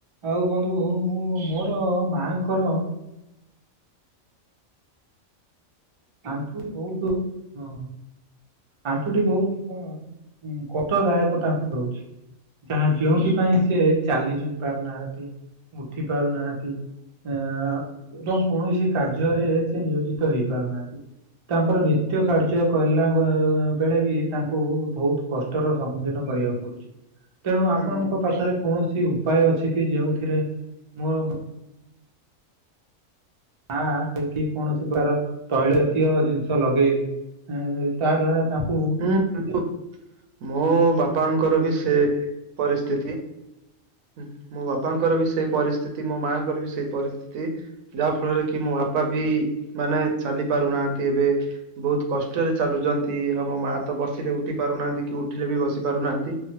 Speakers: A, on the right (about 40°); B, on the right (about 80°).
A: ଆଉ ବନ୍ଧୁ ମୁଁ ମୋର ମା ଙ୍କର। ଆଣ୍ଠୁ ବି ବହୁତୁ ହଁ। ଆଣ୍ଠୁଟି ବହୁତ କଣ ଉଁ କଷ୍ଟଦାୟକ ତାଙ୍କୁ ଦଉଛି। ଯାହା ଯେଉଁଥିପାଇଁ ସେ ଚାଲି ବି ପାରୁନାହାନ୍ତି ଉଠି ପାରୁନାହାନ୍ତି। ଏଁ ଏବଂ କୌଣସି କାର୍ଯ୍ୟରେ ସେ ନିୟୋଜିତ ହେଇପାରୁନାହା ତାଙ୍କର ନିତ୍ୟ କାର୍ଯ୍ୟ କଲା ବ-ବ-ବେଳେ ବି ତାଙ୍କୁ ବହୁତୁ କଷ୍ଟର ସମ୍ମୁଖୀନ କରିବାକୁ ପଡୁଛି ତେଣୁ
B: ହୁଁ
A: ଆପଣଙ୍କ ପାଖରେ କୌଣସି ଉପାୟ ଅଛି କି ଯେଉଁଥିରେ ମୋର ଆ ଦେଖି କୌଣ ସେ ପ୍ରକାର ତୈଳ ଜାତୀୟ ଜିନିଷ ଲଗେଇଲେ ଏଁ ତା ଦ୍ଵାରା ତାଙ୍କୁ
B: ହୁଁ ମୋ ବାପାଙ୍କର ବି ସେ ପରିସ୍ଥିତି। ଉଁହ। ମୋ ବାପାଙ୍କର ବି ସେ ପରିସ୍ଥିତି। ମୋ ମାଆଙ୍କର ବି ସେ ପରିସ୍ଥିତି। ଯାହା ଫଳରେ କି ମୋ ବାପା ବି ମାନେ ଚାଲି ପାରୁନାହାନ୍ତି ଏବେ। ବହୁତ କଷ୍ଟରେ ଚାଲୁଛନ୍ତି। ଆମ ମା ତ ବସିଲେ ଉଠି ପାରୁନାହାନ୍ତି କି ଉଠିଲେ ବି ବସି ପାରୁନାହାନ୍ତି।